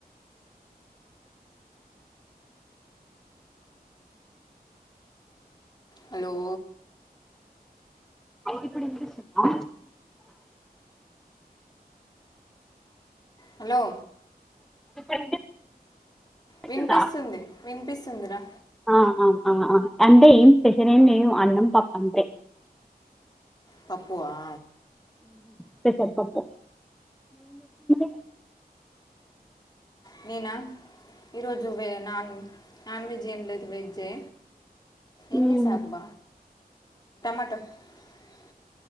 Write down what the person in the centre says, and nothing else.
ఇప్పుడు ఇనిపిస్తుంద
<unintelligible> వినిపిస్తుందా
ఆ ఆ ఆ అంటే ఏం స్పెషల్ లేవ్ అన్నం పప్పు అంతే
స్పెషల్ పప్పు <unintelligible>
మరి
ఉమ్